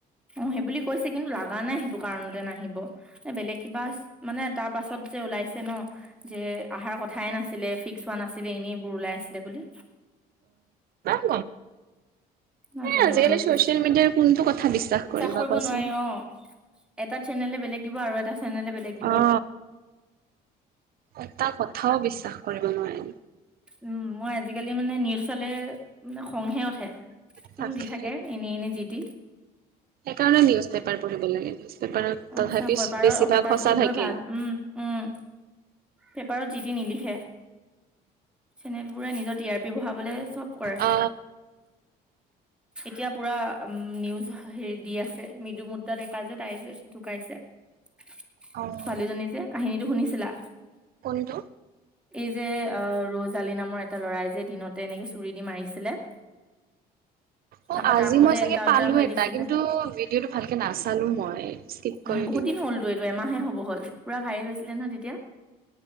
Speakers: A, in the centre; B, on the right.
A: অ সেই বুলি কৈছে কিন্তু লাগা নাই স। টো কাৰনতে নাহিব এ বেলেক কিবা মানে তাৰ পাছত যে উলাইছো ন যে আহাৰ। কথাই নাছিলে ফিক্স হোৱা নাছিলে এনেইবোৰ ওলাই আছিলে বুলি।
B: <unintelligible>
A: নাজানো
B: হ আজিকালি
A: আৰু
B: চচিয়েল মিডিয়াৰ কোনটো কথা বিশ্বাস কৰিম
A: কৰিব
B: বা কোৱাচোন।
A: নোৱাৰি অ এটা চেনেলে বেলেগ দিব আৰু এটা চেনেলে বেলেগ দিব
B: অ এটা কথাও বিশ্বাস কৰিব নোৱাৰিম।
A: উম মই আজিকালি মানে নিউজ চালে খংহে উঠে কিন্তু
B: তাকে
A: দি থাকে এনে এনে যি টি।
B: সেইকাৰণে নিউজ পেপাৰ পঢ়িব লাগে। পেপাৰত
A: অ
B: তথাপি
A: পেপাৰ
B: বেছিভাগ
A: পেপাৰ
B: সঁচা
A: পঢ়িবই
B: থাকে।
A: ভাল উম উম। পেপাৰত জিট নিলিখে চেনেল বোৰে নিজৰ টি আৰ পি বঢ়াবলে। চব কৰে।
B: অ।
A: এতিয়া পুৰা নিউজ হেৰি দি আছে মৃদু মুদ্ৰা ডেকা যে তাই ঢুকাইছে। ছোৱালীজনী
B: অ',
A: যে কাহিনীটো শুনিছিলা?
B: কোনটো?
A: এই যে অ ৰজ আলি নামৰ এটা লৰাই যে দিনতে এনেকে চুৰি দি মাৰিছিলে।
B: অ
A: তাৰপা
B: আজি
A: তাকো
B: মই
A: যে
B: চাগে
A: এনকাউন্টাৰ
B: পালো
A: হৈ
B: এটা
A: দিছিলে।
B: কিন্তু ভিডিঅ'টো ভালকে নাচালো মই স্কিপ
A: উম,
B: কৰি
A: বহুত
B: দিলো।
A: দিন হলতো এইটো এমাহে হ'ব হ'ল পুৰা ভাইৰেল হৈছিলে নহয় তেতিয়া।